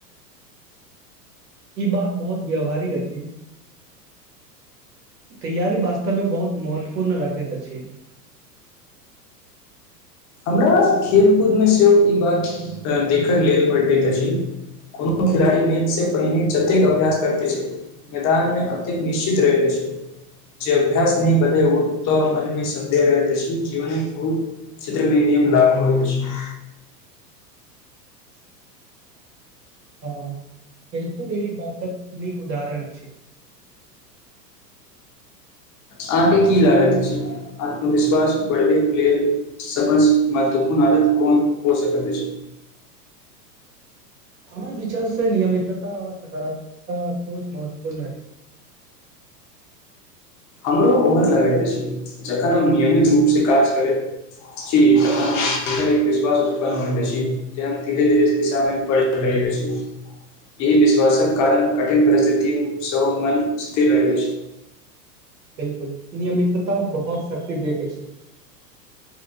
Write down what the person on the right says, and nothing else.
ई बात बहुत व्यावहारिक अछि तैयारी वास्तवमे बहुत महत्वपूर्ण रखैत अछि
हं खेलकूद ई बातक नीक उदाहरण छै
हमर विचार से नियमितता सकारात्मकता सोच महत्वपूर्ण अछि
बिलकुल नियमितता बहुत शक्ति दे के छै